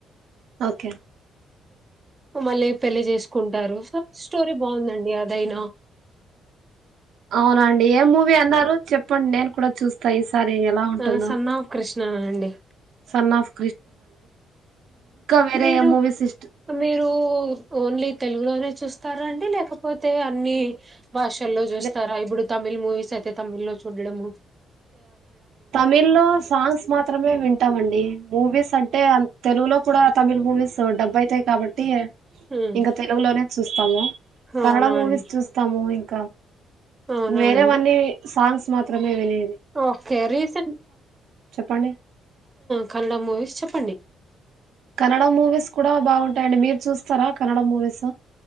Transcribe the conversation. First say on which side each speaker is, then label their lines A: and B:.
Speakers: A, on the right (about 70°); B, on the right (about 25°).
A: ఓకే
B: మళ్ళీ పెళ్లి చేసుకుంటారు సో స్టోరీ బాగుందండి అదైనా
A: అవునండి ఏ మూవీ అన్నారు చెప్పండి నేను కూడా చూస్తా ఇ సరే ఎలా ఉంటుందో
B: ఆ సన్ ఆఫ్ కృష్ణ అండి
A: సునఫ్ వేరే
B: మీరు
A: ఏ మూవీస్ ఇష్ట
B: మీరు ఓన్లీ తెలుగులోనే చూస్తారండి లేకపోతే అన్ని భాషల్లో చూస్తారా
A: లే-
B: ఇప్పుడు తమిళ్ మూవీస్ అయితే తమిళ్ లో చూడడం
A: తమిళ లో సాంగ్స్ మాత్రమే వింటామండి మూవీస్ అంటే తెలుగులో కూడా తమిళ్ మూవీస్ సో డబ్బు అయితాయి కాబట్టి
B: ఉమ్
A: ఇంకా తెలుగులోనే చూస్తాము
B: అవునా
A: కన్నడ మూవీస్
B: అండి
A: చూస్తాము ఇంకా
B: అవునా
A: వేరే
B: అండి
A: మన్నీ సాంగ్స్ మాత్రమే విని
B: ఓకే రీసెంట్
A: చెప్పండి
B: కన్నడ మూవీస్ చెప్పండి
A: కన్నడ మూవీస్ కూడా బాగుంటాయండి మీరు చూస్తారా కన్నడ మూవీస్